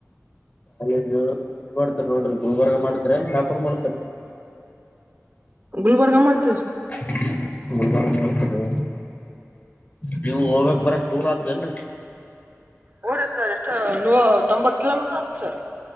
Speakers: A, on the left; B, on the right.
A: ಕಾಲೇಜ್ ಎನ್ ಮಾಡ್ತಾರಿ ನೋಡ್ರಿ ಗುಲ್ಬರ್ಗ ಮಾಡ್ತಾರ ಶಾಪರ್ ಮಾಡ್ತಾರ
B: ಗುಲ್ಬರ್ಗ ಮಾಡ್ತ
A: <unintelligible> ಬರ್ತದೆ ನೀವು ಹೋಗಕ್ ಬರಕ್ ದೂರತೆನ್ರಿ
B: ಹೋ ರಿ ಸರ್ ಎಷ್ಟ ನ ತೊಂಬತ್ ಕಿಲೋಮೀಟರ್ ಸ <inaudible>